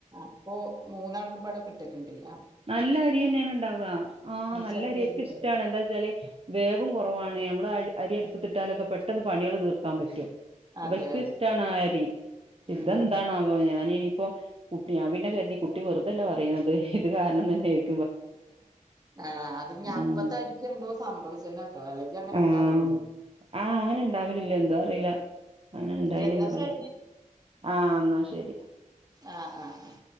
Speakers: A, on the right (about 30°); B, on the right (about 45°).
A: അപ്പൊ മൂന്നാൾക്ക് പട കിട്ടലുണ്ടില്ല
B: നല്ല അരി തന്നെയാണ് ഉണ്ടാവു ആഹ് നല്ല
A: ചെലപ്പോ
B: അരിൊക്കെ
A: വലിയ
B: ഇഷ്ടാണ്
A: കുഴപ്പം
B: എന്താ വച്ചാല്,, വേവും കുറവാണ് നമ്മള് അരി അരി അടുപ്പ്ത്തിട്ടാലൊക്കെ പെട്ടെന്ന് പണികൾ തീർക്കാൻ പറ്റും അവർക്ക്‌
A: അതെ അതെ
B: ഇഷ്ടണ ആ ആരി ഇത
A: ഉം
B: എന്താണോ ഞാന ഇനിപ്പോ കുട്ടി ഞാൻ പിന്ന കരുതി കുട്ടി വെറുതല്ല പറയുന്നത് ഇത് കാരണം തന്നൊയിക്കും
A: ആഹ് അത് ഞാ
B: ഉം
A: അപ്പത്തായിരിക്കും യെന്തോ സംഭവിച്ചന്ന കേട്ടോ അല്ലെ.. അങ്ങനെ
B: ആഹ്
A: ഉണ്ടാവില്ലന്ന്
B: ആഹ് അങ്ങനെ ഇണ്ടാവലില്ല എന്താ അറിയില്ല അങ്ങനെ ഇണ്ടായിന്ന്റ,,
A: എന്നാ ശരി
B: ആഹ എന്നാ ശരി
A: ആഹ് ആഹ് ആഹ്